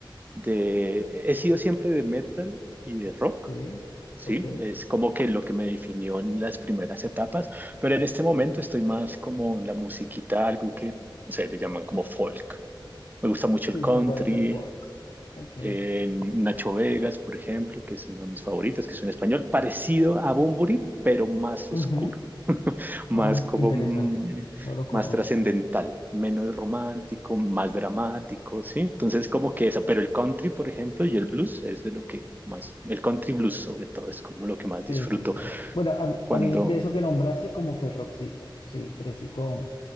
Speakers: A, on the right; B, on the left.
A: de, he sido siempre de metal y de rock,
B: Sí,
A: ¿sí?
B: ok.
A: Es como que lo que me definió en las primeras etapas, pero en este momento estoy más como en la musiquita, algo que, no sé, le llaman como folk. Me gusta mucho
B: Sí
A: el country,
B: sé cuál es el fork. Ok.
A: eh, Nacho Vegas, por ejemplo, que es uno de mis favoritos, que es un español parecido a Bunbury, pero más
B: Ujú.
A: oscuro más
B: Um,
A: como
B: interesante.
A: mm,
B: No lo conozco.
A: más trascendental, menos romántico, más dramático, ¿sí? Entonces como que eso, pero el country, por ejemplo, y el blues es de lo que más, el country blues sobre todo es como lo que más
B: Sí,
A: disfruto
B: sí, sí. Bueno, a,
A: cuando,
B: a mí de eso que nombraste, como que el rockcito. Sí, crecí con